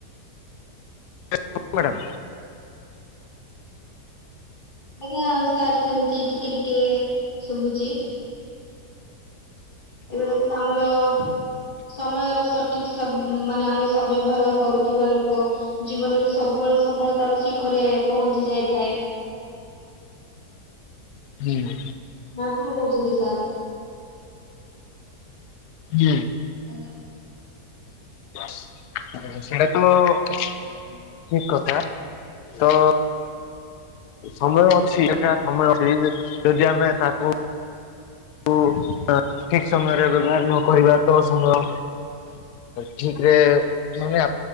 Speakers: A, on the left (about 75°); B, on the left (about 30°).
A: <unintelligible> ମ୍ୟାଡ଼ାମ।
B: ଆଜ୍ଞା ସାର୍ ସେମିତି ଟିକେ ଟିକେ ଶୁଭୁଛି। ଏବେ ଦେଖନ୍ତୁ ଆମର ସମୟର ସଠିକ ସ ମାନେ ଆମେ ସଦବ୍ୟବହାର କରୁଥିବା ଲୋକ ଜୀବନରେ ସବୁବେଳେ ସଫଳତାର ଶିଖରେ ପହଞ୍ଚି ଯାଇଥାଏ।
A: ହୁଁ।
B: ନା କଣ କହୁଛନ୍ତି ସାର୍।
A: ହଁ।
B: ହ୍ୟାଲୋ।
A: ସେଇଟା ତ ଠିକ
B: ହାଲୋ ସାର୍
A: କଥା ତ ସମୟ ଅଛି ଏଟା ସମୟ ଅଛି ଯଦି ଆମେ ତାକୁ ଠିକ ସମୟରେ ବ୍ୟବହାର ନ କରିବା ତ ସମୟ ଠିକ ରେ ମାନେ